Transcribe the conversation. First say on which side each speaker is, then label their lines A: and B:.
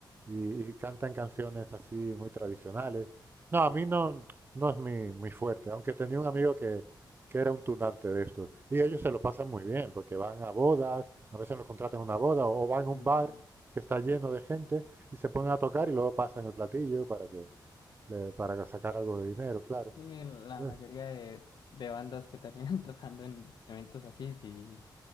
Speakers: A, on the right; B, on the left.
A: y, y cantan canciones así muy tradicionales. No, a mí no, no es mi, mi fuerte, aunque tenía un amigo que, que era un tunante de estos. Y ellos se lo pasan muy bien, porque van a bodas, a veces los contratan a una boda, o van
B: Sí,
A: a un bar
B: sí.
A: que está lleno de gente y se ponen a tocar y luego pasan el platillo para que le- para sacar algo de dinero, claro.
B: Sí, la
A: Eh,
B: mayoría de, de bandas que terminan <laughs> tocando en eventos así, sí,